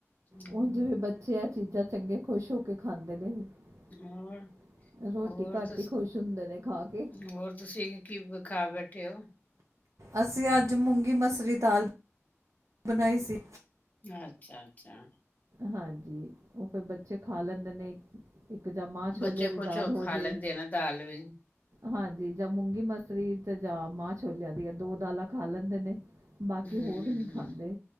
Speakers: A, on the left; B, on the right.
A: ਹੂੰ,
B: ਹੁਣ ਜਿਵੇਂ ਬੱਚੇ ਆ ਚੀਜ਼ਾਂ। ਚੰਗੇ ਖੁਸ਼ ਹੋ ਕੇ ਖਾਂਦੇ ਰਹੇ
A: ਹੋਰ
B: ਰੋਟੀ
A: ਹੋਰ
B: ਘੱਟ
A: ਤੁਸੀਂ
B: ਹੀ ਖੁਸ਼ ਹੁੰਦੇ। ਨੇ ਖਾ ਕੇ
A: ਹੋਰ ਤੁਸੀਂ ਕੀ ਵਿਖਾ ਬੈਠੇ ਹੋ।
B: ਅਸੀਂ ਅੱਜ ਮੂੰਗੀ ਮਸਰੀ ਦਾਲ। ਬਣਾਈ ਸੀ।
A: ਅੱਛਾ-ਅੱਛਾ।
B: ਹਾਂਜੀ ਉਹ ਫਿਰ ਬੱਚੇ ਖਾ ਲੈਂਦੇ ਨੇ। ਇੱਕ ਜਾਂ ਮਾਂ ਛੋਲਿਆਂ
A: ਬੱਚੇ
B: ਦੀ
A: ਖੁਸ਼
B: ਦਾਲ
A: ਹੋ
B: ਹੋਜੇ।
A: ਖਾ ਲੈਂਦੇ ਨਾ ਦਾਲ ਵੀ
B: ਹਾਂਜੀ ਜਾਂ ਮੂੰਗੀ ਮਸਰੀ ਤੇ ਜਾਂ ਮਾਂ ਛੋਲਿਆ ਦੀ ਆ ਦੋ ਦਾਲਾਂ ਖਾ ਲੈਂਦੇ ਨੇ। ਬਾਕੀ
A: ਹਮ
B: ਹੋਰ ਨਹੀਂ ਖਾਂਦੇ